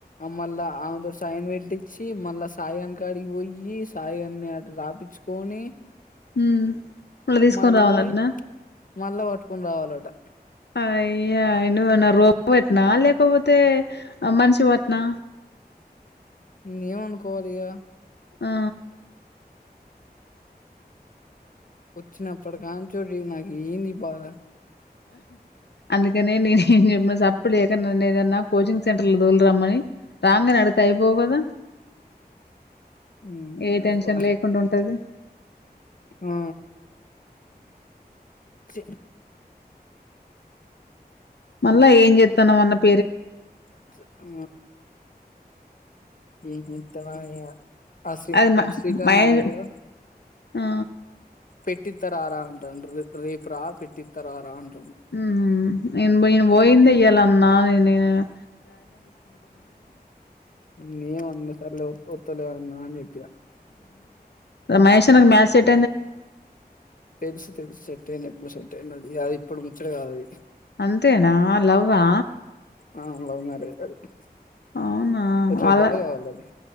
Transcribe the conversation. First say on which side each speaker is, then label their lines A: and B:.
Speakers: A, on the left; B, on the left.
A: మళ్ళా ఆమెతోటి సైన్ పెట్టిచ్చి మళ్ళ సాయిగాని కాడికి పోయి సాయిగాన్ని అటు రాపిచ్చుకొని
B: ఉమ్ మళ్ళ తీసుకొని
A: మళ్ళా
B: రావాలట్నా
A: మళ్ళా పట్టుకొని రావాలట
B: అయ్యా నువ్వేమైనా రోబ్ వట్నా లేకపోతే మనిషివట్నా
A: నేను ఏమనుకోవాలి ఇగ
B: ఆ
A: వచ్చినప్పటి కాంచోల్లి నాకు ఏందీ బాధ
B: అందుకనే నేనేం చెప్పిన సప్పుడుచేక నన్నేదన్న కోచింగ్ సెంటర్ల తోలు రమ్మని రాంగనె అడుగుతే అయిపోవు గదా
A: నీ
B: ఏ
A: యవ్వ
B: టెన్షన్ లేకుండ ఉంటది
A: ఆ చీ
B: మళ్ళ ఏం చెత్తన్నావ్ అన్న పే
A: అట్ల ఆ ఏం చెత్తనో ఏమో ఆ శ్రీ
B: అది మ
A: శ్రీకాంత్
B: మహేష్
A: అన్న కూడా
B: ఆ
A: పెట్టిత్త రారా అంటాండు ర్ రేపురా పెట్టిత్త రారా అంట
B: ఉమ్ ఎం పోయింద ఇయ్యాలన్నా నాదైన నీదైన
A: ఇంకేం అన్లే సార్లే ఒత్తలే అన్నా అని చెప్పినా
B: ఉమ్ మహేష్ అన్నకు మ్యాథ్స్ చెప్
A: తెలుసు తెలుసు సెట్ అయిండు ఎప్పుడో సెట్ అయిండు ఆడు ఇగ అది ఇప్పుడు ముచ్చట కాదది
B: అంతేనా లవ్వా
A: ఆ లవ్ మ్యారేజ్ వాడిది
B: అవునా వాళ్ళ
A: రెడ్యాలేగ వాళ్ళది